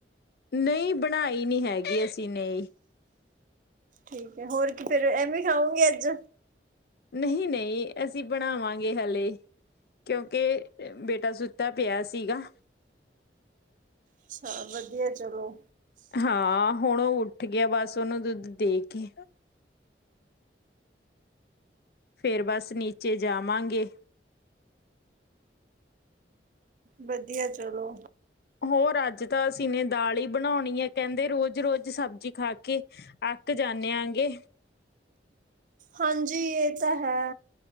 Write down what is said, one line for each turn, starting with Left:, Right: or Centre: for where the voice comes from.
Left: ਨਹੀਂ ਬਣਾਈ ਨੀ ਹੈਗੀ ਅਸੀਂ ਨੇ
Right: ਠੀਕ ਹੈ ਹੋਰ ਕੀ ਫੇਰ ਐਵੇਂ ਖਾਂਗਓਗੇ ਅੱਜ,
Left: ਨਹੀਂ ਨਹੀਂ ਅਸੀਂ ਬਣਾਵਾਂਗੇ ਹਲੇੇ ਕਿਉਂਕਿ ਬੇਟਾ ਸੁਤਾ ਪਿਆ ਸੀਗਾ।
Right: ਅੱਛਾ ਵਧੀਆ ਚਲੋ,
Left: ਹਾਂ ਹੁਣ ਉਹ ਉੱਠ ਗਿਆ ਬਸ ਉਹਨੂੰ ਦੁੱਧ ਦੇ ਕੇ,, ਫਿਰ ਬਸ ਨੀਚੇ ਜਾਵਾਂਗੇ।
Right: ਵਧੀਆ ਚਲੋ,
Left: ਹੋਰ ਅੱਜ ਤਾਂ ਅਸੀਂ ਨੇ ਦਾਲ ਹੀ ਬਣਾਉਣੀ ਹੈ ਕਹਿੰਦੇ ਰੋਜ਼ ਰੋਜ਼ ਸਬਜ਼ੀ ਖਾ ਕੇ ਅੱਕ ਜਾਨੇ ਆਂ ਗੇ।
Right: ਹਾਂਜੀ ਇਹ ਤਾਂ ਹੈ।